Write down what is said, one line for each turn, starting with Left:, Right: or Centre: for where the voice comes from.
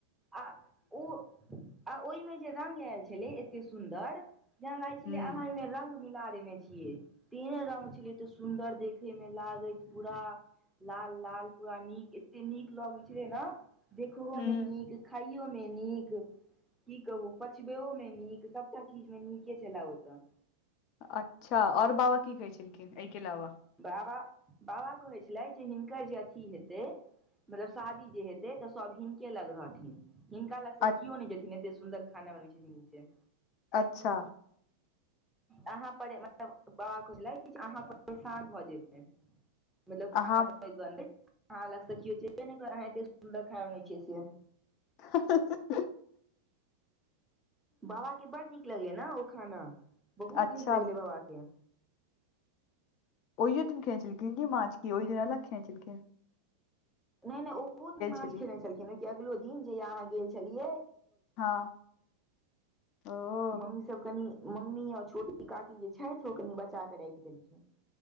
Centre: आ ओ ओइ मे जे रंग आयल छैलय ऐते सुन्दर जेना लागे छैलय
Left: हूँ
Centre: अहाँ एमें रंग मिला देने छियै तेहन रंग छैलय ऐते सुन्दर देखय दे मे लागैत पूरा लाल लाल पूरा निक ऐते निक लगै छेलै नऽ। देखहो
Left: हूँ
Centre: मे निक खायो मे निक। कि कहू पचबैमे निक सबटा चीज मे निके छैला ओ तऽ।
Left: अच्छा आओर बाबा कि कहे छेलखिन अइ के अलाबा?
Centre: बाबा बाबा कहय छैला जे हिनकर जे अथी हेतै मतलब शादी जे हेतय तऽ सब हिनके लग रहथिन। हिनका लग से
Left: अ
Centre: कियो नइ जेथिन ऐते सुन्दर खाना बनबै छेथिन इ से।
Left: अच्छा
Centre: अहाँ पर मतलब बाबा कुहले छलै अहाँ परेशान भऽ जेतै। मतलब
Left: अहाँ
Centre: खाना बनबे दुआरे आहाँ लग से कियो जेबे नै करत आहाँ ऐते सुन्दर खाना बनबै छियै से जे।
Left: हाँ हाँ हाँ
Centre: बाबाके बड़ निक लगले नैे ओ खाना बहुत
Left: अच्छा
Centre: निक लगले बाबा के।
Left: ओइयो दिन खेने छेलखिन की माछं कि ओइ दिन अलग खेने छेलखिन।
Centre: नै नै ओ दिन माछं
Left: छलियै
Centre: खेने छलखिन कि अगलो दिन जेहिया अहाँ गेल छेलियै।
Left: हँ ओ।
Centre: मम्मी सब कनि मम्मी अऽ छोटकी काकी जे छैथ ओ कनि बचा के रैख देलखिन।